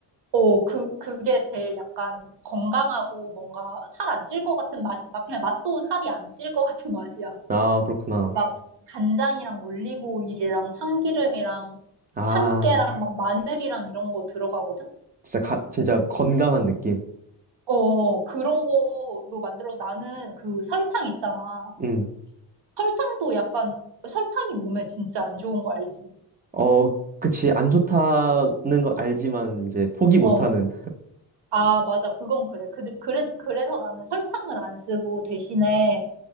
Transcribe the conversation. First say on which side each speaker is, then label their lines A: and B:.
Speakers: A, on the right; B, on the right.
A: 어, 그, 그게 제일 약간 건강하고 뭔가 살 안 찔 것 같은 맛, 막 그냥 맛도 살이 안 찔 것 같은 맛이야.
B: 아, 그렇구나.
A: 막 간장이랑 올리브 오일이랑 참기름이랑
B: 아,
A: 참깨랑 막 마늘이랑 이런 거 들어가거든?
B: 진짜 가, 진짜 건강한 느낌.
A: 어, 어, 어. 그런 거로 만들어. 나는 그 설탕 있잖아.
B: 응.
A: 설탕도 약간, 설탕이 몸에 진짜 안 좋은 거 알지?
B: 어, 그치. 안 좋다는 걸 알지만 이제 포기 못하는.
A: 어. 아, 맞아. 그건 그래. 그들, 그래, 그래서 나는 설탕을 안 쓰고 대신에